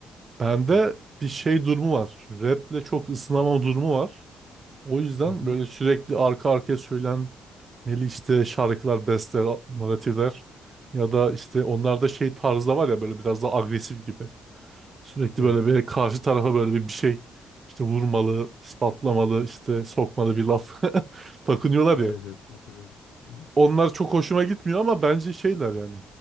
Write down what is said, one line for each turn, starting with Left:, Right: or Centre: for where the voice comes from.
Right: Bende
Left: Evet.
Right: bir şey durumu var. Rap'le çok ısınamama durumu var. O yüzden
Left: Hı hı.
Right: böyle sürekli arka arkaya söylenmeli işte şarkılar, besteler, naratifler ya da işte onlarda şey tarzı da var ya böyle biraz daha agresif gibi. Sürekli
Left: Evet.
Right: böyle bir karşı tarafa böyle bir bir şey işte vurmalı, ispatlamalı, işte sokmalı bir laf <laughs> takınıyorlar
Left: Evet
Right: ya.
Left: evet katılıyorum. Evet.
Right: Onlar çok hoşuma gitmiyor ama bence şeyler yani.